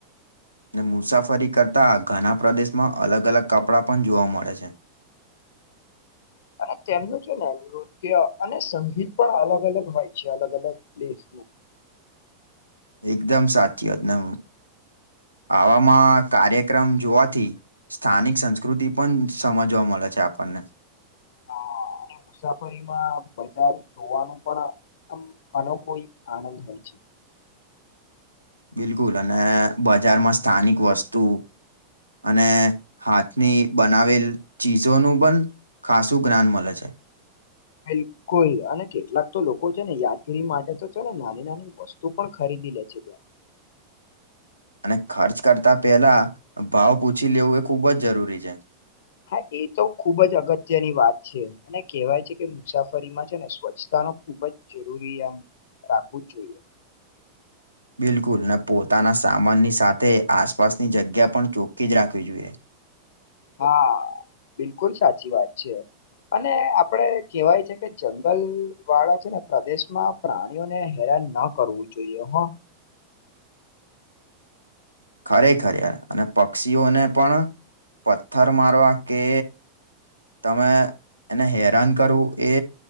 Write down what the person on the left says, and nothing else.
અને તેમનું છે ને નૃત્ય અને સંગીત પણ અલગ અલગ હોય છે અલગ અલગ પ્સ
હા અને મુસાફરીમાં બજાર જોવાનું પણ આમ અનોખોઈ આનંદ હોય છે
બિલકુલ અને કેટલાક તો લોકો છે ને યાદગીરી માટે તો છે ને નાની નાની વસ્તુ પણ ખરીદ <unintelligible> <unintelligible>
હા એ તો ખુબ જ અગત્યની વાત છે અને કેહેવાય છે કે મુસાફરીમાં છે ને સ્વચ્છતા ખુબ જ જરૂરી એમ રાખવું જ જોઈએ
હા બિલકુલ સાચી વાત છે. અને આ આપળે કહેવાય છે કે જંગલ વાળા છે ને પ્રદેશમાં પ્રાણીઓને હેરાન ન કરવું જોઈએ હ